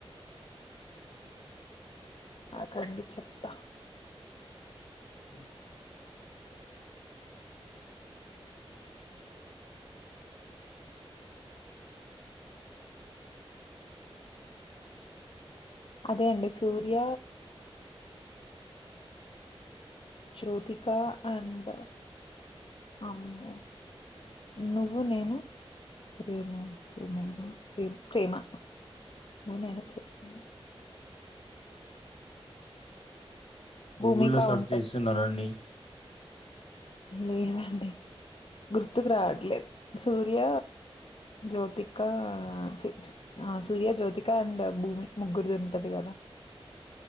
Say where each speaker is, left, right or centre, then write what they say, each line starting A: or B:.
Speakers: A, on the left; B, on the left.
A: అక్కడున్డి చెప్తా అ అదే అండి సూర్య జ్యోతిక అండ్ అమ్మ నువ్వు నేను ప్రేమ ప్రేమ ప్రే ప్రేమమ్మ నువ్వు నేను ప్రేమ
B: గూగుల్లో
A: భూమిక
B: సెర్చ్
A: ఉంటది
B: చేస్తున్నాండి
A: లేదండి గుర్తుకు రావట్లేదు సూర్య జ్యోతిక చ్ ఆ సూర్య జ్యోతిక అండ్ భూమి ముగ్గురిది ఉంటది కదా